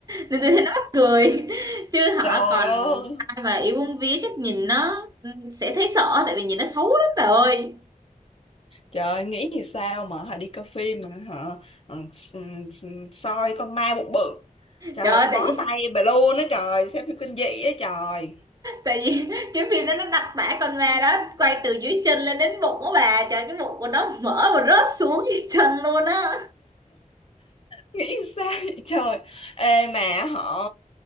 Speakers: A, on the right; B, on the left.
A: nên tôi thấy nó mắc cười chứ họ
B: Trời
A: còn
B: ơi,
A: ai mà yêu bông vía chắc nhìn nó sẽ thấy sợ tại vì nhìn nó xấu lắm bà ơi
B: Trời ơi, nghĩ thì sao mà họ đi coi phim mà họ ừ, ừ, ừ, soi con ma bụng bự. Trời
A: trời
B: ơi,
A: ơi
B: tôi
A: tại
B: bó
A: vì,
B: tay bà luôn á trời, xem phim kinh dị á trời.
A: tại vì cái phim đó nó đặc tả con ma
B: <laughs>
A: đó quay từ dưới chân lên đến bụng của bà trời cái bụng của nó mở và rớt xuống dưới chân luôn á
B: Nghĩ thì sao vậy trời. Ê mà họ